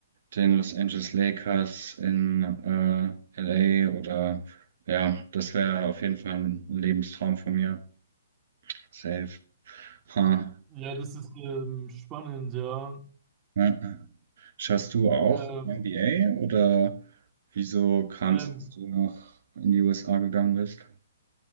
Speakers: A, on the right (about 60°); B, on the right (about 20°).
A: den Los Angeles Lakers in äh, LA oder ja, das wäre auf jeden Fall ein Lebenstraum von mir. Safe. Huh.
B: ja, das ist ähm, spannend, ja.
A: Ja. Schaust du auch
B: Ähm,
A: NBA oder wieso kam
B: Ähm,
A: es, dass du nach in die USA gegangen bist?